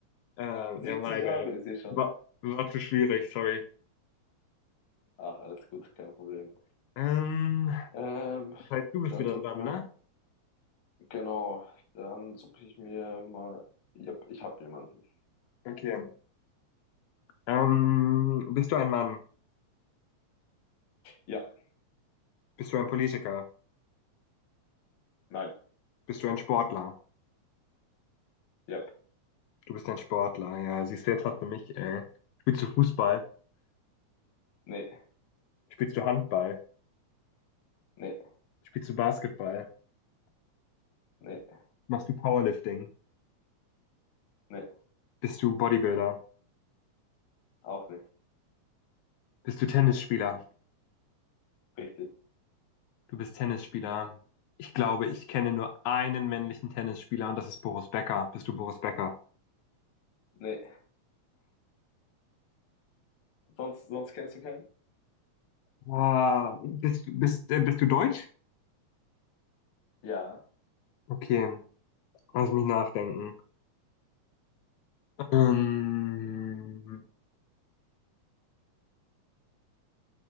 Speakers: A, on the left; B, on the left.
A: Äh,
B: 70
A: ja, my
B: Jahre
A: bad.
B: ist sie schon.
A: War, war zu schwierig, sorry.
B: Ach, alles gut, kein Problem.
A: Ähm,
B: Ähm,
A: das heißt, du bist
B: dann
A: wieder
B: suche
A: dran,
B: ich mir,
A: ne?
B: genau, dann suche ich mir mal. Ja, ich habe jemanden.
A: Okay. Ähm, bist du ein Mann?
B: Ja,
A: Bist du ein Politiker?
B: nein,
A: Bist du ein Sportler?
B: ja,
A: Du bist ein Sportler, ja. Siehst du, jetzt hast du mich, ey. Spielst du Fußball?
B: nee,
A: Spielst du Handball?
B: nee,
A: Spielst du Basketball?
B: nee.
A: Machst du Powerlifting?
B: Nee,
A: Bist du Bodybuilder?
B: auch nicht.
A: Bist du Tennisspieler?
B: Richtig.
A: Du bist Tennisspieler. Ich glaube, ich kenne nur einen männlichen Tennisspieler und das ist Boris Becker. Bist du Boris Becker?
B: Nee. Sonst, sonst kennst du keinen?
A: Ah, bist, du- bist, äh, bist du Deutsch?
B: Ja,
A: Okay, lass mich nachdenken. Ähm,